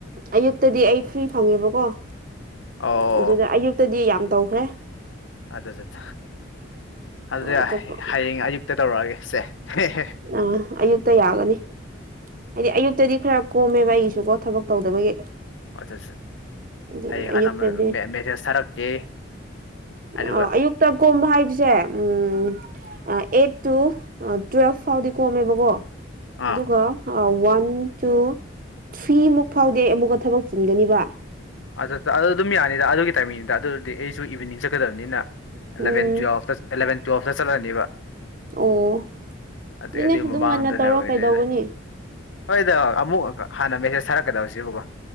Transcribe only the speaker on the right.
ꯑꯌꯨꯛꯇꯗꯤ ꯑꯩ ꯐ꯭ꯔꯤ ꯐꯪꯉꯦꯕꯀꯣ
ꯑꯝ ꯑꯗꯨꯗ ꯑꯌꯨꯛꯇꯗꯤ ꯌꯥꯝ ꯇꯧꯈ꯭ꯔꯦ
ꯑꯇꯣꯞꯄ
ꯎꯝ ꯑꯌꯨꯛꯇ ꯌꯥꯒꯅꯤ ꯍꯥꯏꯗꯤ ꯑꯌꯨꯛꯇꯗꯤ ꯈꯔ ꯀꯣꯝꯃꯦꯕ ꯑꯩꯒꯤꯁꯨꯀꯣ ꯊꯕꯛ ꯇꯧꯗꯕꯒꯤ
ꯑꯗꯨꯒꯤ
ꯑꯌꯨꯛꯇꯗꯤ
ꯑꯥꯎ ꯑꯌꯨꯛꯇꯀꯣꯝꯕ ꯍꯥꯏ ꯁꯤꯁꯦ ꯎꯝ ꯑ ꯑꯦꯠ ꯇꯨ ꯇꯨꯋꯦꯜꯐ ꯐꯥꯎꯗꯤ ꯀꯣꯝꯃꯦꯕꯀꯣ
ꯑꯗꯨꯒ ꯑ ꯋꯥꯟ ꯇꯨ ꯊ꯭ꯔꯤꯃꯨꯛ ꯐꯥꯎꯗꯤ ꯑꯃꯨꯛꯀ ꯊꯕꯛ ꯆꯤꯟꯒꯅꯤꯕ
ꯎꯝ
ꯑꯣ
ꯑꯗꯨꯅꯦ
ꯑꯗꯨꯝ
ꯉꯟꯅ ꯇꯧꯔꯣ
ꯀꯩꯗꯧꯒꯅꯤ